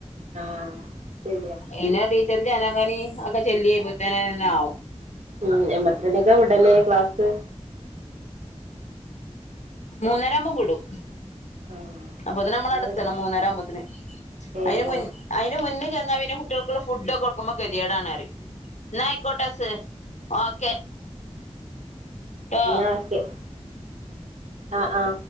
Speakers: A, on the right; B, on the left.
A: ആഹ് ശരിയാ
B: എല്ലാ ടീച്ചറ് ജനഗനി ഒക്കെ ചെല്ലിഴിബോത്തിനന്നെ ആവും
A: ഉം എൺമ്പത്രണിക്കാ വിടല് ക്ലാസ്
B: മൂന്നരവുമ്പോ വിടും
A: ആഹ്
B: അപ്പൊത്തിന് നമ്മളടെത്തണം മൂന്നര ആവുമ്പോത്തിന്
A: ഏഹ്
B: അയിന് മുൻ അയിന് മുന്നേ ചെന്നാൽ പിന്നെ കുട്ടിയൊൾക്കുള്ള ഫുഡൊക്കെ കൊടുക്കുമ്പോ കെതിയടാണ് ന്നറിം ന്നായിക്കോട്ടെ അസ് ഓക്കെ ട്ടോ
A: ഇന്നാ ഓക്കെ ആഹ് ആ